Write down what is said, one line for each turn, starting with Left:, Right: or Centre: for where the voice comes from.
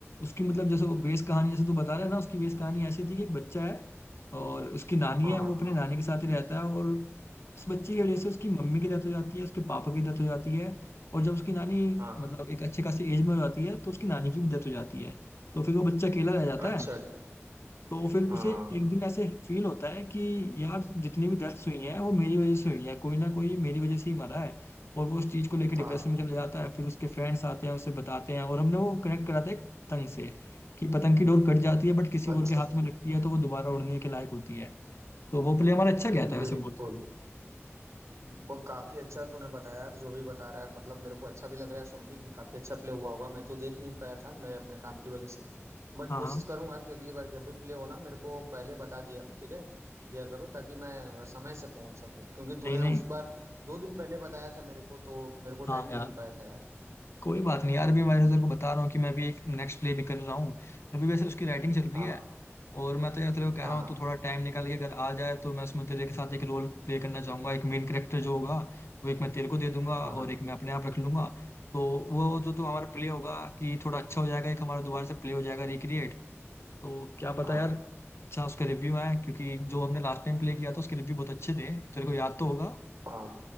Left: उसकी मतलब जैसे वो बेस कहानी जैसे तू बता रहा है ना उसकी बेस कहानी ऐसी थी कि एक बच्चा है और उसकी नानी
Right: हाँ
Left: है
Right: हाँ
Left: वो अपने नानी के साथ ही रहता है और उस बच्चे की वजह से उसकी मम्मी की डेथ हो जाती है उसके पापा की डेथ हो जाती है और जब उसकी नानी
Right: हाँ हाँ।
Left: मतलब एक अच्छे खासी एज में हो जाती है तो उसकी नानी की भी डेथ हो जाती है तो फिर वो बच्चा अकेला रह जाता
Right: अच्छा
Left: है
Right: अच्छा
Left: तो फिर
Right: हाँ
Left: उसे एक दिन ऐसे फील होता है कि यार जितनी भी डेथ्स हुई हैं वो मेरी वजह से हुई हैं कोई ना कोई मेरी वजह से ही मरा है और वो उस चीज को लेकर डिप्रेशन
Right: हाँ
Left: में चला जाता है फिर उसके फ्रेंड्स आते हैं उसे बताते हैं और हमने वो कनेक्ट कराते हैं पतंग से कि पतंग की डोर कट जाती है बट किसी और
Right: अच्छा
Left: के हाथ में लगती है तो वो दोबारा उड़ने के लायक होती है तो वो प्ले हमारा अच्छा गया था
Right: बिल्कुल
Left: वैसे वो।
Right: वो काफी अच्छा तूने बताया यार जो भी बता रहा है मतलब मेरे को अच्छा भी लग रहा है सुन के कि काफी अच्छा प्ले हुआ होगा मैं तो देख नहीं पाया था मैं अपने काम की वजह से बट
Left: हाँ
Right: कोशिश
Left: हाँ
Right: करूंगा कि अगली बार जब भी प्ले हो ना मेरे को पहले बता दिया ठीक है दिया करो ताकि मैं समय से पहुंच सकूं क्योंकि तूने
Left: नहीं नहीं
Right: उस बार दो दिन पहले बताया था मेरे को तो मेरे को
Left: हाँ
Right: टाइम नहीं
Left: यार
Right: मिल पाया था यार
Left: कोई बात नहीं यार अभी मैं इधर को बता रहा हूँ कि मैं भी एक नेक्स्ट प्ले भी कर रहा हूँ अभी वैसे उसकी राइटिंग चल रही
Right: हाँ
Left: है और मैं तो यार तेरे को कह
Right: हाँ
Left: रहा हूँ
Right: हाँ
Left: तू थोड़ा टाइम निकाल के अगर आ जाए तो मैं उसमें तेरे के साथ एक रोल प्ले करना चाहूंगा एक मेन कैरेक्टर जो होगा वो एक मैं तेरे को दे दूंगा
Right: हाँ
Left: और
Right: हाँ
Left: एक मैं अपने आप रख लूंगा तो वो जो तो हमारा प्ले होगा कि थोड़ा अच्छा हो जाएगा एक हमारा दोबारा से प्ले हो जाएगा रिक्रिएट तो क्या पता
Right: हाँ
Left: यार अच्छा उसके रिव्यू आए क्योंकि जो हमने लास्ट टाइम प्ले किया था उसके रिव्यू बहुत अच्छे थे तेरे को याद तो होगा
Right: हाँ